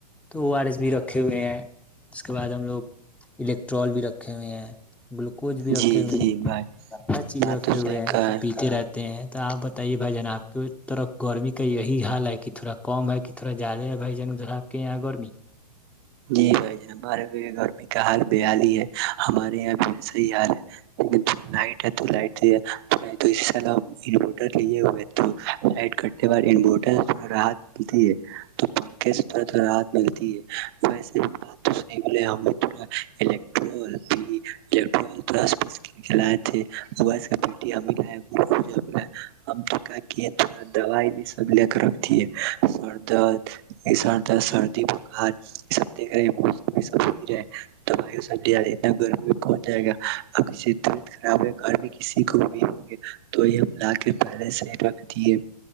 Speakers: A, in the centre; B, on the right.
A: تو او آر ایس بھی رکھے ہوئے ہیں اس کے بعد ہم لوگ الیکٹرول بھی رکھے ہوئے ہیں گلوکوز بھی رکھے
B: جی
A: ہوئے
B: جی بھائی
A: ہر چیز
B: بات
A: رکھے
B: تو
A: ہوئے
B: صحیح
A: ہیں
B: کہا
A: تو
B: ہے
A: پیتے رہتے تے ہیں تو آپ بت ت یہ بھائی جان آپ کے طرف گرمی کا یہی حال ہے کہ تھورا کم ہے کہ تھورا زیادہ ہے بھائی جان ادھر آپ کے یہاں گرمی
B: جی بھائی جان ہمارے بھی گرمی کا حال بحال ہی ہے ہمارے یہاں بھی وسا ہی حال ہے لیکنا لائٹ ہے تو لائٹ اس سالح انورٹر لیے ہوئے ہیں تو لائٹ کٹتے بعد انٹر راحت ملتی ہے تو <unintelligible> <unintelligible> <unintelligible> یہ سب دیکھ رہے ہیں موسم یہ سب ہو رہا توی س ا گرمی میں کون جائے گا اب کسی طبیعت خراب ہے گرمی کسی کو بھی ہوگی تو یہ ہم لا کے پہلے سے ہی